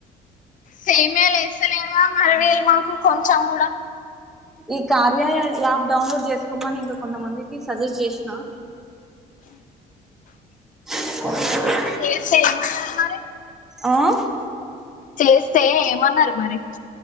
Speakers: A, on the left; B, in the centre.
A: సేమే లేస్తలేద మరి వీళ్ళు మాకు కొంచెం గూడా
B: ఈ కార్యాలయ యాప్ డౌన్లోడ్ చేసుకోమని ఇంకా కొంతమందికి సజెస్ట్ చేసిన <inaudible>
A: <inaudible> మరి
B: ఆ
A: చేస్తే ఏమన్నారు మరి